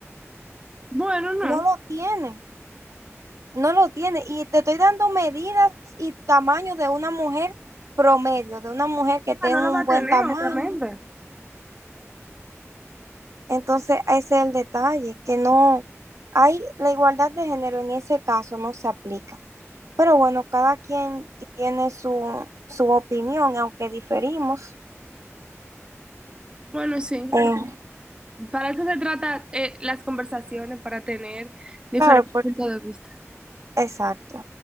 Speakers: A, on the right; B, on the right.
A: Bueno, no,
B: no lo tiene, no lo tiene. Y te estoy dando medidas y tamaño de una mujer promedio, de una mujer que tenga
A: Ah, no
B: un
A: la va a
B: buen
A: tener,
B: tamaño.
A: obviamente.
B: Entonces, ese es el detalle, que no hay la igualdad de género en ese caso, no se aplica. Pero bueno, cada quien tiene su, su opinión, aunque diferimos.
A: Bueno, sí.
B: Eh,
A: Para eso se trata eh, las conversaciones, para tener diferentes
B: claro, porque,
A: puntos de vista.
B: exacto.